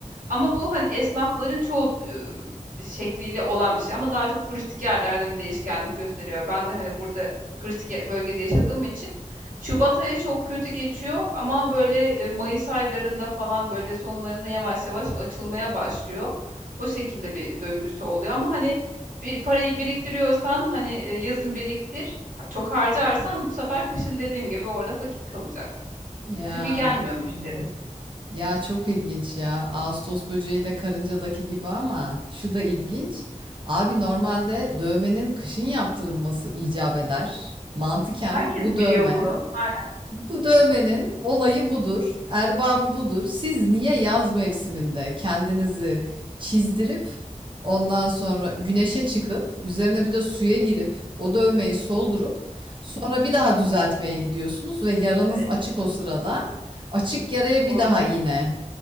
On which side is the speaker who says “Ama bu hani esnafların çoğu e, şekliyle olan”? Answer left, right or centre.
Right